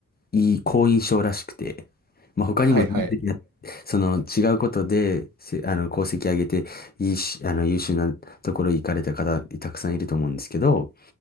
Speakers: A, on the left; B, on the right.
A: いい、好印象らしくて。まあ他にも全然や、
B: はいはい。
A: その違うことで、せ、あの、功績上げて、いいし、あの、優秀なところに行かれた方、たくさんいると思うんですけど、